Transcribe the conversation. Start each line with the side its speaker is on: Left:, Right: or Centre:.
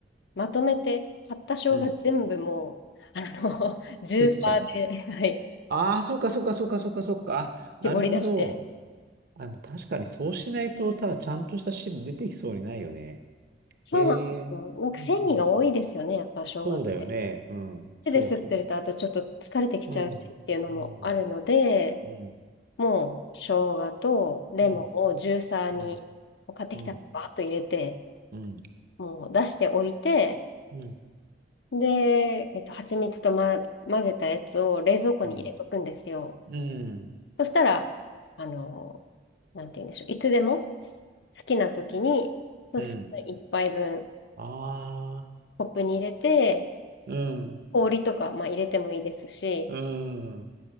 Left: まとめて、買った生姜全部もう、
Right: うん。
Left: あの、<laughs> ジューサーで、
Right: すっちゃう。
Left: <laughs> はい、
Right: ああ、そうかそうかそうかそうかそうか。あ、なるほど。
Left: 絞り出して。
Right: あ、でも確かにそうしないとさ、ちゃんとした汁出てきそうにないよね。
Left: そうなんですよ。
Right: へえ。
Left: なんか繊維が多いですよね、
Right: うんうんうん。
Left: やっぱ生姜って。
Right: そうだよね。うん。
Left: 手で吸ってると、
Right: そうそうそ
Left: あとちょっと疲れてきちゃうしっていうのもあるので、
Right: う。うん。うん。うん。
Left: もう生姜とレモンをジューサーに、
Right: うん。うん。
Left: 買ってきたらバーッと入れて、
Right: うん。うん。
Left: もう出しておいて、
Right: うん。
Left: で、えっと、蜂蜜と、ま、混ぜたやつを冷蔵庫に入れとくんですよ。
Right: うん。うん。
Left: そしたら、あの、なんて言うんでしょう。いつでも好きな時に、そうスプーン一杯分
Right: うん。ああ。
Left: コップに入れて、
Right: うん。
Left: 氷とか、まあ、入れてもいいですし、
Right: うん。